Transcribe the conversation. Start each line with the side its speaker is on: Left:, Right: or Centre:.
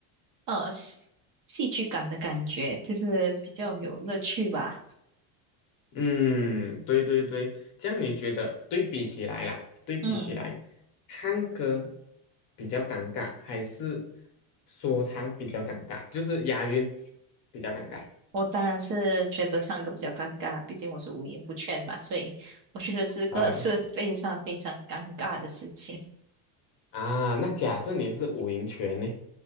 Right: 呃戏戏剧感的感觉，就是比较有乐趣吧。
Left: 嗯，对对对，这样你觉得对比起来啦，对比起来，
Right: 嗯，
Left: 唱歌比较尴尬，还是说唱比较尴尬？就是押韵比较尴尬
Right: 我当然是觉得唱歌比较尴尬，毕竟我是五音不全嘛，所以我觉得这个是非常非常尴尬的事情。
Left: 啊，啊。那假设你是五音全呢？